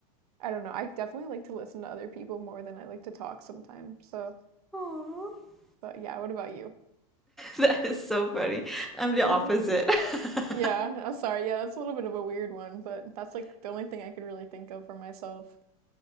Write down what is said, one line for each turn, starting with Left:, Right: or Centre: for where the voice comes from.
Right: I don't know. I definitely like to listen to other people more than I like to talk sometimes. So,
Centre: Aw. <laughs> <laughs>
Right: but yeah, what about you?
Centre: That is so funny. I'm the
Right: <laughs>
Centre: opposite. <laughs>
Right: Yeah, I'm sorry. Yeah, that's a little bit of a weird one, but that's like the only thing I could really think of for myself.